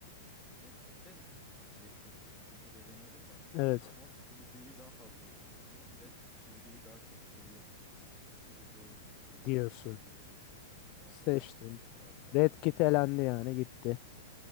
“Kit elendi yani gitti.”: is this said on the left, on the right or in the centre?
Left